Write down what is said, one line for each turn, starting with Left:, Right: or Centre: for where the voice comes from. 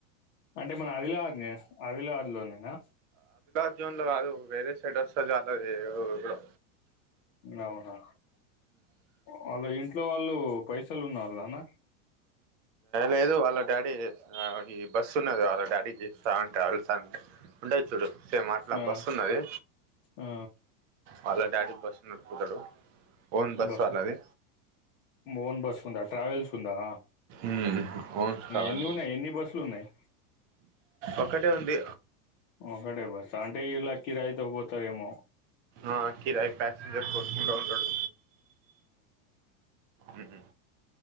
Left: అంటే మన ఆదిలాబాద్ ని ఆదిలాబాద్ లోనేనా
Right: జీన్ లో కాదు వేరే సైడ్ వస్తది అట్టాగే ఊరు లో
Left: అవునా వాళ్ళ ఇంట్లో వాళ్ళు పైసలు ఉన్నారు. నొమ
Right: లేదు వాళ్ళ డాడీ ఈ బస్ ఉన్నది. వాళ్ళ డాడీ స్తవన్ ట్రావెల్స్ అని ఉంటాయి చూడు. సేమ్ అట్లా
Left: ఆ
Right: బస్సున్నది.
Left: ఆ
Right: వాళ్ళ డాడీ బస్ నడుపుతాడు. ఓన్
Left: బస్
Right: వాళ్ళది
Left: ఒన్ బస్ ఉందా ట్రావెల్స్ ఉందా
Right: మ్మ్ ఓన్ ట్రావెల్
Left: ఎన్ని ఉన్నాయి ఎన్ని బస్సులు ఉన్నాయి.
Right: ఒక్కటే ఉంది.
Left: ఒక్కటే బస్ అంటే ఇలా కిరాయతో పోత్తర ఏమ
Right: ఆ కిరాయి ప్యాసెంజర్స్ కోట్టుకుంటారు మ్మ్.